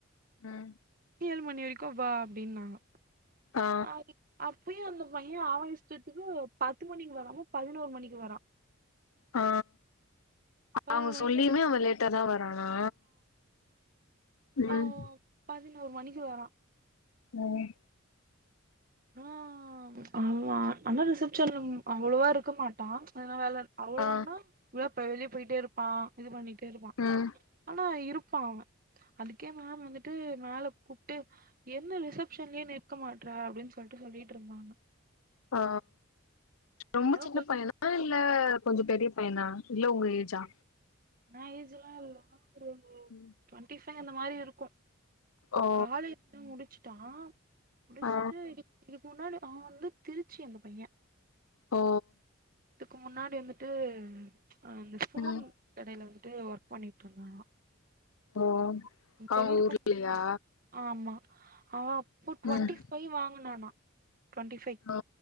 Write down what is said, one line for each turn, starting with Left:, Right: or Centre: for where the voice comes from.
Left: ம்
Right: ஏழு மணி வரிக்கு வா அப்டின்னாங்க
Left: ஆ
Right: அ அப்பயு அந்த பைய ஆவ இஷ்டத்துக்கு பத்து மணிக்கு வராம பதினோரு மணிக்கு வரா
Left: ஆ
Right: பதினோரு
Left: அவுங்க
Right: மணிக்கு
Left: சொல்லியுமே
Right: வந்து
Left: அவ லேட்டாதா வரானா ம்
Right: அவ பதினோரு மணிக்கு வரா
Left: ம்
Right: ஆ ஆ ஆனா ரிசப்ஷன்ல அவ்ளோவா இருக்க மாட்டா எதனா வேல அவ்ளோனா
Left: ஆ
Right: இல்ல இப்ப வெளிய போய்ட்டே இருப்பா இது பண்ணிட் டே இருப்பா
Left: ம்
Right: ஆனா இருப்பா அவ அதுக்கே மேம் வந்துட்டு மேல கூப்ட்டு என்ன ரிசப்ஷன்லே நிற்க மாட்ற அப்டின் சொல்ட்டு சொல்லிட்ருந்தாங்க
Left: ஆ ரொம்ப
Right: அதா
Left: சின்ன
Right: கொஞ்ச
Left: பையனா ஆ இல்ல கொஞ்சோ பெரிய பையனா இல்ல உங்க ஏஜா
Right: எ ஏஜ்லா இல்ல <unintelligible> பைய
Left: ம்
Right: டுவெண்ட்டி ஃபைவ் அந்த மாரி இருக்கு
Left: ஓ
Right: காலேஜ் முடிச்சுட்டா முடிச்சுட்டு
Left: ஆ
Right: இது இதுக் முன்னாடி அவ வந்து திருச்சி அந்த பைய
Left: ஓ
Right: இதுக்கு முன்னாடி வந்துட்டு அந்த ஸ்பூன்
Left: ம்
Right: கடைல வந்துட்டு ஒர்க் பண்ணிட்ருந்தா
Left: ஓ அவ
Right: சொல்லிருப்ப
Left: ஊர்லையா
Right: நெனைக்கிறே ஆமா அவ அப்போ ட்வெண்ட்டி
Left: ம்
Right: ஃபைவ் வாங்கனாண்ணா டுவென்டி ஃபைவ்
Left: ஓ